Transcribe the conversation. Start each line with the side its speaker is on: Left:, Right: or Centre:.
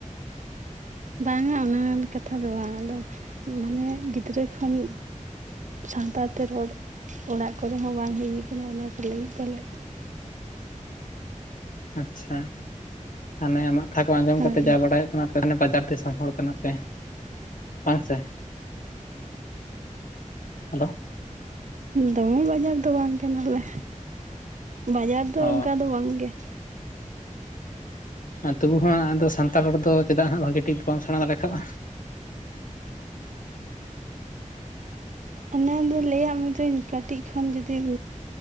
Right: ᱵᱟᱝᱟ ᱚᱱᱟ <inaudible> ᱠᱟᱛᱷᱟ ᱫᱚ ᱵᱟᱝ, ᱟᱫᱚ ᱢᱟᱱᱮ ᱜᱤᱫᱽᱨᱟᱹ ᱠᱷᱚᱱ ᱥᱟᱱᱛᱟᱲ ᱛᱮ ᱨᱚᱲ ᱚᱲᱟᱜ ᱠᱚᱨᱮ ᱦᱚᱸ ᱵᱟᱝ ᱦᱩᱭ ᱠᱟᱱᱟ ᱚᱱᱟ ᱠᱚ ᱞᱟᱹᱜᱤᱫ ᱯᱟᱞᱮᱫ᱾
Left: ᱟᱪᱪᱷᱟ ᱟᱱᱮ ᱟᱢᱟᱜ ᱛᱷᱟ ᱠᱚ ᱟᱸᱡᱚᱢ
Right: ᱦᱳᱭ
Left: ᱠᱟᱛᱮ ᱡᱟ ᱵᱟᱲᱟᱭᱚᱜ ᱠᱟᱱᱟ ᱟᱯᱮ ᱫᱚ ᱵᱟᱡᱟᱨ ᱫᱤᱥᱚᱢ ᱦᱚᱲ ᱠᱟᱱᱟ ᱯᱮ ᱵᱟᱝ ᱥᱮ? ᱦᱮᱞᱳ ᱾
Right: ᱫᱚᱢᱮ ᱵᱟᱡᱟᱨ ᱫᱚ ᱵᱟᱝ ᱠᱟᱱᱟᱞᱮ, ᱵᱟᱡᱟᱨ ᱫᱚ
Left: ᱚ
Right: ᱚᱱᱠᱟ ᱫᱚ ᱵᱟᱝ ᱜᱮ ᱾
Left: ᱟᱨ ᱛᱚᱵᱩ ᱦᱚᱸ ᱟᱫᱚ ᱥᱟᱱᱛᱟᱲ ᱨᱚᱲ ᱫᱚ, ᱪᱮᱫᱟᱜ ᱦᱟᱸᱜ ᱵᱷᱟᱹᱜᱤ ᱴᱷᱤᱠ ᱵᱟᱢ ᱥᱮᱬᱟ ᱫᱟᱲᱮ ᱠᱟᱣᱼᱟ?
Right: ᱚᱱᱟᱫᱚ ᱞᱮᱹᱭᱟᱜ ᱢᱮᱫᱩᱹᱧ ᱠᱟᱹᱴᱤᱡ ᱠᱷᱚᱱ ᱡᱩᱫᱤᱢ